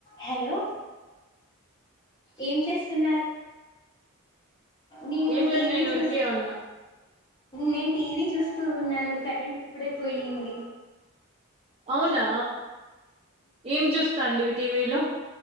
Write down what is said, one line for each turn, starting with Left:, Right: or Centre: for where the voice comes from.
Left: హలో ఏం చేస్తున్నారు నేను
Right: ఏం లేదు
Left: టీవీ
Right: నేను
Left: చూస్తూ
Right: ఊరికే ఉన్నా
Left: నేను టీవీ చూస్ తూ ఉన్నాను కరెంట్ ఇప్పుడే పోయింది
Right: అవునా ఏం చూస్తాంటివి టీవీలో